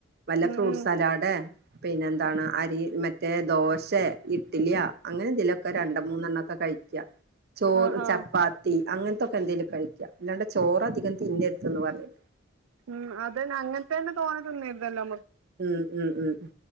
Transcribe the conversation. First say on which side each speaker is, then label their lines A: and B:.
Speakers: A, on the right (about 55°); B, on the right (about 80°).
A: നല്ല
B: ഉം
A: ഫ്രൂട്ട്സ്
B: ഉം
A: സാലാഡ് പിന്നെ എ..... അരി മറ്റേ ദോശ ഇഡ്ലിയ അങ്ങനെ ഇതിലൊക്കെ രണ്ട മൂന്നെണ്ണൊക്കെ <unintelligible> ചോറ്
B: ആഹ് ആഹ്
A: ചപ്പാത്തി അങ്ങനത്തൊക്കെ എന്തെലും കഴിക്ക അല്ലാണ്ട് ചോറ അധികം തിന്ന......? ന്ന് പറയും......
B: ഉം അതന്നെ അങ്ങനത്ത തന്നെ തോന്ന തോന്നിയരുതല്ലോ....
A: ഉം ഉം ഉം